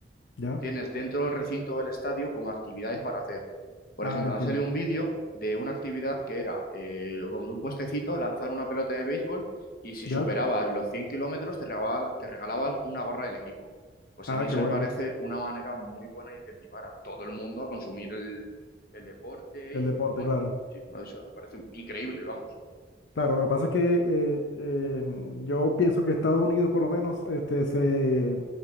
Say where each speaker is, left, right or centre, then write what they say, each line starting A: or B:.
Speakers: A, on the left; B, on the left.
A: ¿Ya?
B: tienes dentro del recinto del estadio como actividades para hacer. Por
A: Ah,
B: ejemplo,
A: entiendo.
B: han salido un vídeo de una actividad que era eh, como en un puestecito lanzar una pelota de béisbol y si
A: ¿Ya?
B: superabas los 100 kilómetros te regala- te regalaban una gorra del equipo. Pues
A: Ah,
B: a mí eso
A: qué bueno.
B: me parece una manera muy buena de incentivar a todo el mundo a consumir el, el deporte
A: El
B: y
A: deporte,
B: bueno,
A: claro.
B: sí, pues eso me parece increíble, vamos.
A: Claro, lo que pasa es que eh, eh, yo pienso que Estados Unidos, por lo menos, este, se,